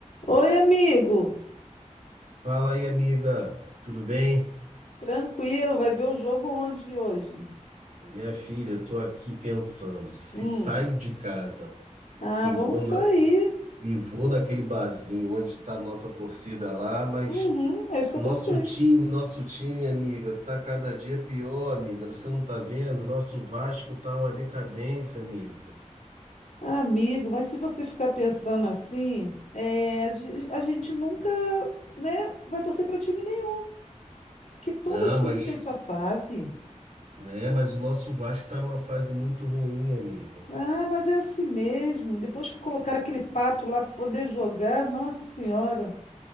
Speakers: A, on the left; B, on the right.
A: Oi, amigo.
B: Fala aí, amiga, tudo bem?
A: Tranquilo, vai ver o jogo onde hoje?
B: Minha filha, tô aqui pensando, se
A: Hum.
B: saio de casa
A: Ah,
B: e
A: vamos
B: vou na,
A: sair.
B: e vou naquele barzinho onde tá nossa torcida lá, mas
A: Uhum, é isso que
B: nosso
A: eu pensei.
B: time, nosso time, amiga, tá cada dia pior, amiga. Você não tá vendo? Nosso Vasco tá uma decadência, amiga.
A: Amigo, mas se você ficar pensando assim, é, a gen- a gente nunca, né, vai torcer para time nenhum, porque todo
B: Não,
A: time
B: mas,
A: tem sua fase.
B: né, mas o nosso Vasco tá numa fase muito ruim, amiga.
A: Ah, mas é assim mesmo. Depois que colocar aquele pato lá para poder jogar, nossa senhora,